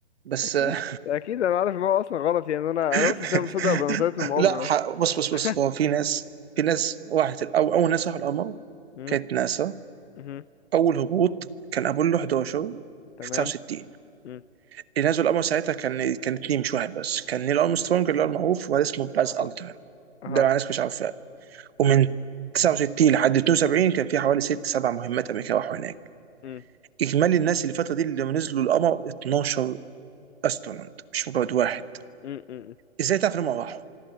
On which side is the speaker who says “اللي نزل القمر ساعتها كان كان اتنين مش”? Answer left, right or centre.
Right